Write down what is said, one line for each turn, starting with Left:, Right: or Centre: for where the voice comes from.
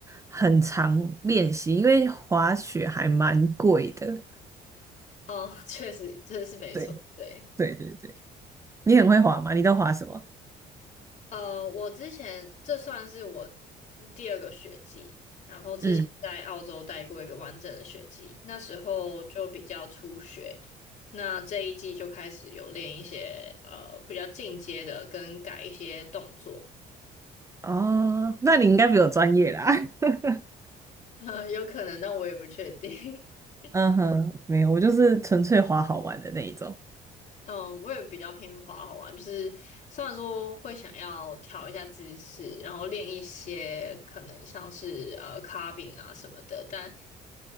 Right: 很常练习，因为滑雪还蛮贵的。
Left: 哦，<laughs> 确实，这是没错，
Right: 对。
Left: 对。
Right: 对对对，你很会滑吗？你都滑什么？
Left: 呃，我之前这算是我第二个学季，然后之前在澳洲待过一个完整的学季，
Right: 嗯，
Left: 那时候就比较初学，那这一季就开始有练一些呃比较进阶的，跟改一些动作，
Right: 哦，那你应该比我专业啦。<laughs>
Left: <laughs> 有可能，但我也不确定。<laughs>
Right: 嗯哼，没有，我就是纯粹滑好玩的那一种
Left: 嗯，我也比较偏滑好玩，就是虽然说会想要调一下姿势，然后练一些可能像是呃 carving 啊什么的，但